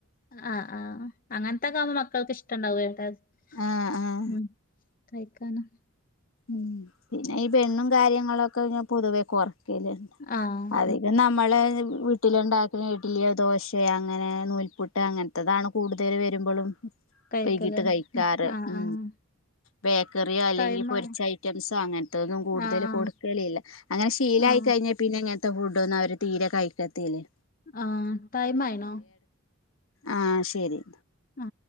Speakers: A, on the left; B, on the left.
A: ആ് ആ് അങ്ങനത്തെക്കാവുമ്പോ മക്കൾക്ക് ഇഷ്ടണ്ടാവ്വെ ളം
B: ആഹ് ആഹ്
A: കായിക്കാ <unintelligible>
B: ഉം പിന്നെ ഈ ബെണ്ണും കാര്യങ്ങളൊക്കെ ഞാ പൊതുവെ കൊറ <unintelligible>
A: ആഹ്
B: അധികം നമ്മള് വീട്ടില്ണ്ടാക്ക്ന്ന ഇഡലിയോ, ദോശേ അങ്ങനെ നൂൽപ്പുട്ട്, അങ്ങനത്തെതാണ് കൂടുതല് വരുമ്പോളും
A: കഴിക്കല്
B: വൈകിട്ട് കഴിക്കാറ്
A: ഉം ആഹ്
B: മ്
A: ആഹ്
B: ബേക്കറിയോ അല്ലെങ്കി
A: ടൈം
B: പൊരി
A: ആയോ
B: <unintelligible> റ്റംസോ അങ്ങനത്തൊന്നും കൂടുതൽ
A: ആഹ്
B: കൊടുക്കലില്ല അങ്ങനെ ശീലായി
A: ആഹ്
B: കഴിഞ്ഞ പിന്നെ ഇങ്ങനത്തെ ഫുഡൊന്നും അവര് തീരെ കഴിക്കത്തില്ലേ
A: ആ ടൈമായിണോ?
B: ആഹ ശെരി
A: ആ